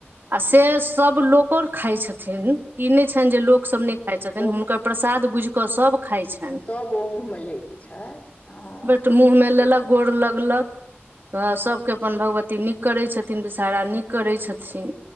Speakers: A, on the right; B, on the left.
A: आ से सब लोकोर खाइ छथिन। ई नइ छइन जे लोक सब नहि खाइत छथिन
B: ओ
A: हुनकर प्रसाद बुझ कऽ सभ खाइत छइन।
B: तब ओ मुँहमे ले। पुछै ह
A: त मुँह मे लेलक गोर लगलक तऽ सभके अपन भगवती नीक करै छथिन, विषाहरा नीक करै छथिन।